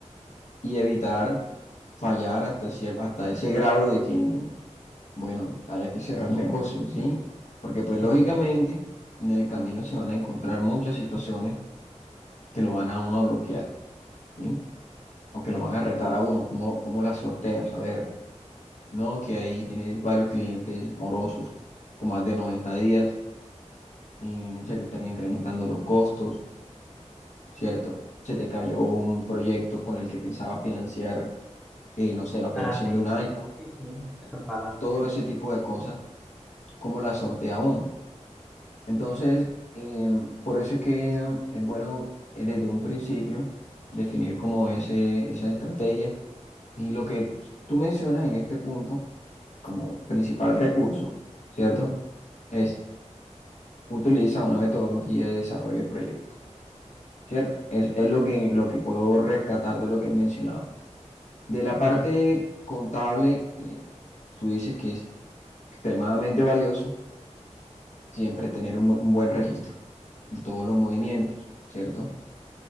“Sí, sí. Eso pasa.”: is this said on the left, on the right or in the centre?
Centre